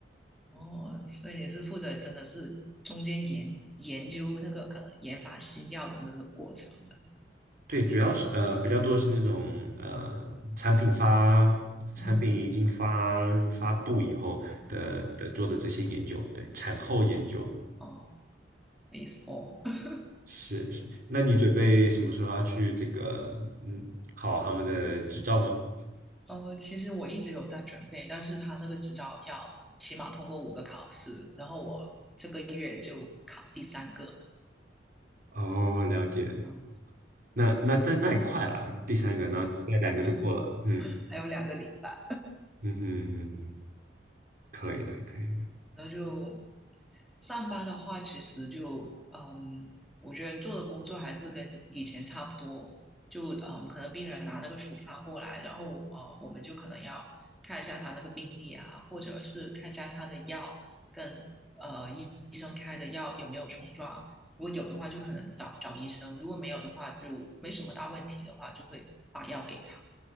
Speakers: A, in the centre; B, on the right (about 55°).
A: 哦，所以你是负责真的是中间研研究那个可能研发新药的那个过程的。
B: 对，主要是呃比较多是那种呃产品发产品已经发发布以后的的做的这些研究，
A: 嗯，
B: 对，产后研究
A: 哦 p h a s f o r
B: 是是。那你准备什么时候要去这个嗯考他们的执照吗？
A: 呃，其实我一直有在准备，但是他那个执照要起码通过五个考试，然后我这个月就考第三个。
B: 哦，了解。
A: 嗯，
B: 那那那那也快了，第三个，然后再两个就过了。
A: 对。
B: 嗯
A: 还有两个礼拜，
B: 嗯哼，可以的，可以。
A: 然后就上班的话，其实就嗯，我觉得做的工作还是跟以前差不多，就嗯，可能病人拿那个处方过来，然后呃，我们就可能要看一下他那个病历啊，或者是看一下他的药跟呃医医生开的药有没有冲撞，如果有的话就可能找找医生，如果没有的话就没什么大问题的话，就会把药给他。